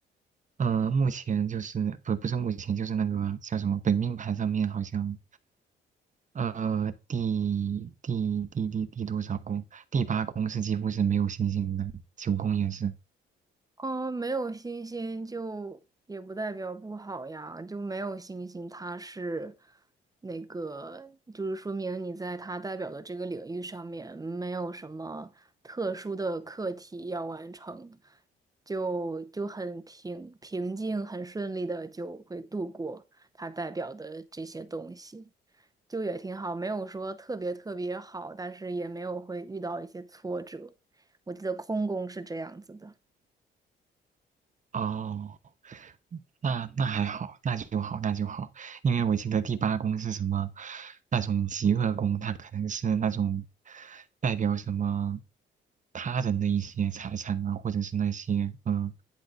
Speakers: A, on the right (about 40°); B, on the right (about 20°).
A: 呃，目前就是不不是目前就是那个叫什么本命盘上面好像。呃，第第第第第多少宫？第八宫是几乎是没有星星的，九宫也是。
B: 嗯，没有星星就也不代表不好呀，就没有星星，它是那个，就是说明你在它代表的这个领域上面没有什么特殊的课题要完成，就就很平平静、很顺利的就会度过它代表的这些东西，就也挺好，没有说特别特别好，但是也没有会遇到一些挫折。我记得空宫是这样子的。
A: 哦，那那还好，那就好，那就好。因为我记得第八宫是什么，那种极恶宫，它可能是那种代表什么他人的一些财产啊，或者是那些嗯、呃